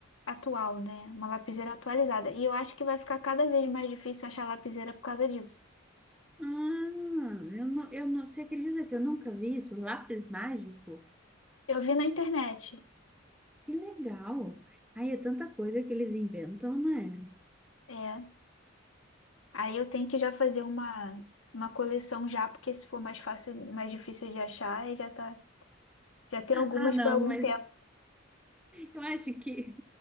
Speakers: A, on the left (about 80°); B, in the centre.
A: atual, né? Uma lapiseira atualizada. E eu acho que vai ficar cada vez mais difícil achar lapiseira por causa disso.
B: Ah, eu não, eu não, você acredita que eu nunca vi isso? Lápis mágico?
A: Eu vi na internet.
B: Que legal. Aí é tanta coisa que eles inventam, né?
A: É. Aí eu tenho que já fazer uma, uma coleção já, porque se for mais fácil, mais difícil de achar, aí já tá, já tem algumas
B: Ah, não,
A: para algum
B: mas
A: tempo.
B: eu acho que